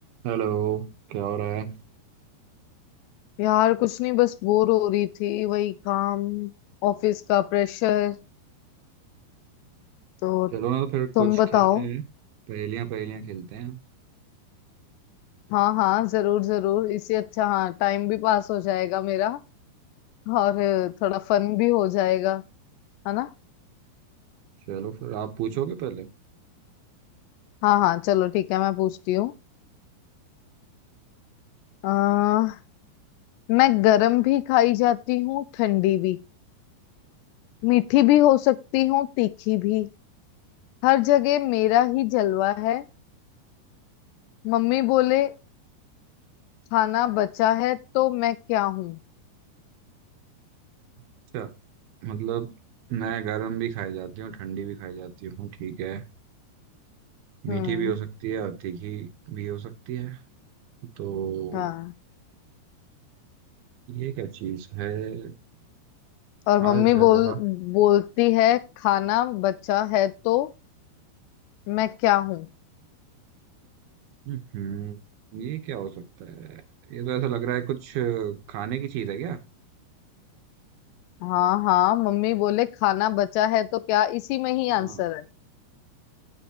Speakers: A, on the right; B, on the left.
A: Hello क्या हो रहा है
B: यार कुछ नहीं बस बोर हो रही थी वही काम ऑफिस का प्रेशर तो
A: चलो ना तो फिर
B: तुम
A: कुछ
B: बताओ
A: खेलते हैं पहेलियां पहेलियां खेलते हैं
B: हाँ हाँ जरूर जरूर इससे अच्छा हाँ टाइम भी पास हो जाएगा मेरा और थोड़ा फन भी हो जाएगा है ना
A: चलो फिर आप पूछोगे पहले
B: हाँ हाँ चलो ठीक है मैं पूछती हूँ अह, मैं गरम भी खाई जाती हूँ ठंडी भी मीठी भी हो सकती हूँ तीखी भी हर जगह मेरा ही जलवा है मम्मी बोले खाना बचा है तो मैं क्या हूँ
A: अच्छा मतलब मैं गर्म भी खाई जाती हूँ ठंडी भी खाई जाती हूँ ठीक है मीठी
B: हम्म
A: भी हो सकती है और तीखी भी हो सकती है तो
B: हाँ
A: ये क्या चीज़ है
B: और
A: हर
B: मम्मी
A: जगह
B: बोल बोलती है खाना बचा है तो मैं क्या हूँ
A: हम्म ये क्या हो सकता है ये तो ऐसा लग रहा है कुछ अ, खाने की चीज़ है क्या
B: हाँ हाँ मम्मी बोले खाना बचा है तो क्या इसी में ही
A: हाँ
B: आंसर है